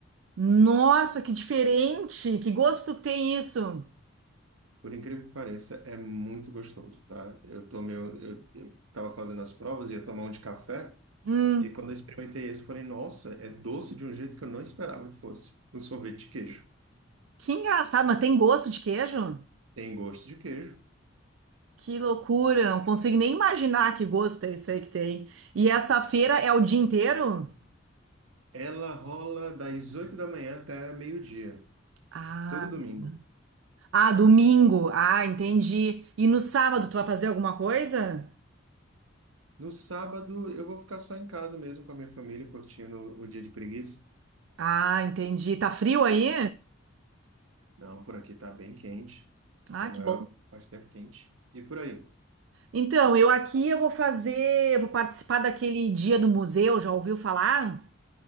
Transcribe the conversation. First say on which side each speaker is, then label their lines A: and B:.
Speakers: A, on the right; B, on the right.
A: Nossa, que diferente! Que gosto que tem isso!
B: Por incrível que pareça, é muito gostoso, tá? Eu tomei, eu, eu tava fazendo as provas, ia tomar um de café,
A: Hum.
B: e quando eu experimentei esse, eu falei, nossa, é doce de um jeito que eu não esperava que fosse. Um sorvete de queijo.
A: Que engraçado, mas tem gosto de queijo?
B: Tem gosto de queijo
A: Que loucura! Não consigo nem imaginar que gosto é esse aí que tem. E essa feira é o dia inteiro?
B: Ela rola das 8 da manhã até meio-dia,
A: Ah.
B: todo domingo.
A: Ah, domingo. Ah, entendi. E no sábado tu vai fazer alguma coisa?
B: No sábado, eu vou ficar só em casa mesmo com a minha família, curtindo o dia de preguiça.
A: Ah, entendi. Tá frio aí?
B: Não, por aqui tá bem quente.
A: Ah,
B: É a maior
A: que bom.
B: parte do tempo quente. E por aí?
A: Então, eu aqui eu vou fazer, eu vou participar daquele dia do museu, já ouviu falar?